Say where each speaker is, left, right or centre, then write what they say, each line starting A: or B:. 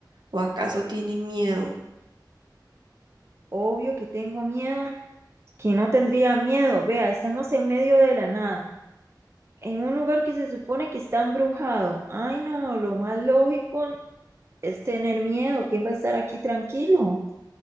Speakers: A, on the right; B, on the right.
A: ¿O acaso tiene miedo?
B: Obvio que tengo miedo. que no tendría miedo. Vea, estamos en medio de la nada, en un lugar que se supone que está embrujado. Ay, no, lo más lógico es tener miedo. ¿Quién va a estar aquí tranquilo?